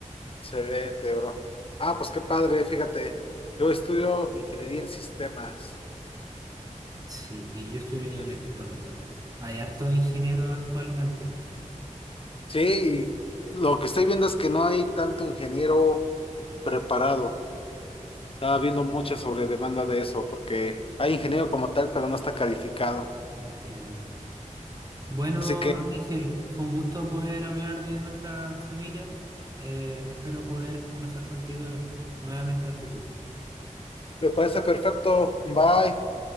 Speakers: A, on the left; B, on the right.
A: excelente, bro. Ah, pues qué padre, fíjate. Yo estudio ingeniería en sistemas.
B: Sí, y yo estoy en
A: Y-
B: electrónica. Hay hartos ingenieros actualmente.
A: Sí, y lo que estoy viendo es que no hay tanto ingeniero preparado. Estaba viendo mucha sobredemanda de eso, porque hay ingeniero como tal, pero no está calificado.
B: Entiendo. Bueno,
A: Así que
B: Ángel, fue un gusto poder hablar de nuestras familias. Eh, espero poder conversar contigo nuevamente a futuro.
A: me parece perfecto. Bye.